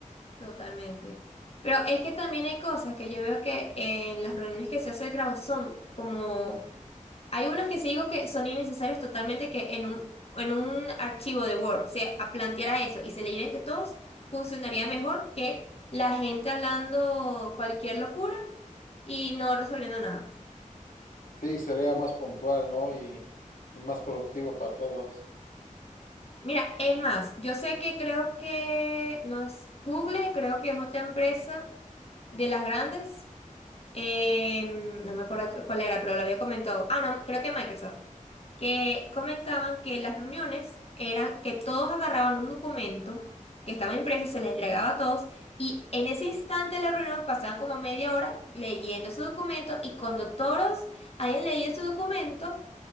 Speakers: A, on the left; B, on the left.
A: Totalmente. Pero es que también hay cosas que yo veo que en las reuniones que se hace de trabajo son como... Hay unas que sí digo que son innecesarias totalmente que en un, en un archivo de Word se a- planteara eso y se leyera entre todos, funcionaría mejor que la gente hablando cualquier locura y no resolviendo nada.
B: Sí, sería más puntual, ¿no? Y, y más productivo para todos.
A: Mira, es más, yo sé que creo que no es Google, creo que es otra empresa De las grandes, eh, no me acuerdo cu- cuál era, pero lo había comentado. Ah, no, creo que Microsoft. Que comentaban que las reuniones eran que todos agarraban un documento que estaba impreso y se les entregaba a todos. Y en ese instante de la reunión pasaban como media hora leyendo ese documento. Y cuando todos hayan leído ese documento,